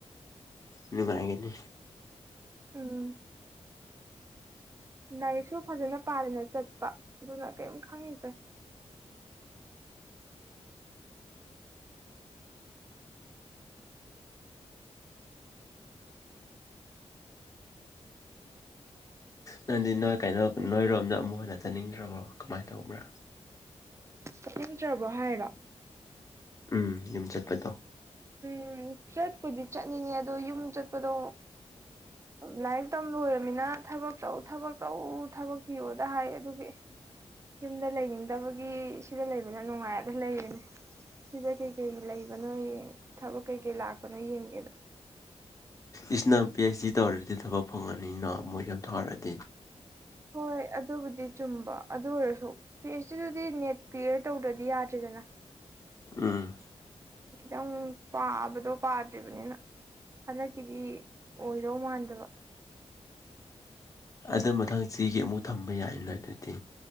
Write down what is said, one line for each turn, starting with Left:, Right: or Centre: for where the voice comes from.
Left: ꯅꯨꯡꯉꯥꯏꯒꯅꯤ
Right: ꯎꯝ ꯂꯥꯏꯔꯤꯛꯁꯨ ꯐꯖꯅ ꯄꯥꯗꯅ ꯆꯠꯄ ꯑꯗꯨꯅ ꯀꯔꯤꯝ ꯈꯪꯗꯔꯦ
Left: ꯅꯪꯗꯤ ꯅꯣꯏ ꯀꯩꯅꯣ ꯅꯣꯏꯔꯣꯝꯗ ꯑꯃꯨꯛ ꯍꯟꯅ ꯆꯠꯅꯤꯡꯗ꯭ꯔꯕꯣ ꯀꯃꯥꯏꯅ ꯇꯧꯕ꯭ꯔꯥ
Right: ꯆꯠꯅꯤꯡꯗ꯭ꯔꯕꯣ ꯍꯥꯏꯔꯣ
Left: ꯎꯝ ꯌꯨꯝ ꯆꯠꯄꯗꯣ
Right: ꯎꯝ ꯆꯠꯄꯨꯗꯤ ꯆꯠꯅꯤꯡꯉꯦ ꯑꯗꯣ ꯌꯨꯝ ꯆꯠꯄꯗꯣ ꯂꯥꯏꯔꯤꯛ ꯇꯝ ꯂꯣꯏꯔꯃꯤꯅ ꯊꯕꯛ ꯇꯧ ꯊꯕꯛ ꯇꯧ ꯊꯕꯛ ꯊꯤꯌꯣꯗ ꯍꯥꯏ ꯑꯗꯨꯒꯤ ꯌꯨꯝꯗ ꯂꯩꯅꯤꯡꯗꯕꯒꯤ ꯁꯤꯗ ꯂꯩꯕꯅ ꯅꯨꯡꯉꯥꯏꯅ ꯂꯩꯔꯤꯅꯦ ꯁꯤꯗ ꯀꯩꯀꯩ ꯂꯩꯕꯅꯣ ꯌꯦꯡ ꯊꯕꯛ ꯀꯩꯀꯩ ꯂꯥꯛꯄꯅꯣ ꯌꯦꯡꯒꯦꯅ
Left: ꯏꯁꯅ ꯄꯤ ꯑꯩꯩꯆ ꯗꯤ ꯇꯧꯔꯗꯤ ꯊꯕꯛ ꯐꯪꯉꯅꯤꯅ ꯃꯣꯏꯒ ꯊꯥꯔꯛꯑꯗꯤ
Right: ꯍꯣꯏ ꯑꯗꯨꯕꯨꯗꯤ ꯆꯨꯝꯕ ꯑꯗꯨ ꯑꯣꯏꯔꯁꯨ ꯄꯤ ꯑꯩꯁ ꯗꯤ ꯗꯨꯗꯤ ꯅꯦꯠ ꯀ꯭ꯂꯤꯂꯤꯌꯥꯔ ꯇꯧꯗ꯭ꯔꯗꯤ ꯌꯥꯗ꯭ꯔꯦꯗ ꯅ
Left: ꯎꯝ
Right: ꯈꯤꯇꯪ ꯄꯥꯕꯗꯣ ꯄꯥꯗ꯭ꯔꯤꯕꯅꯤꯅ ꯍꯟꯗꯛꯀꯤꯗꯤ ꯑꯣꯏꯗꯧ ꯃꯥꯟꯗꯕ
Left: ꯑꯗꯨ ꯃꯊꯪ ꯆꯍꯤꯒꯤ ꯑꯃꯨꯛ ꯊꯥꯕ ꯌꯥꯏꯅ ꯑꯗꯨꯗꯤ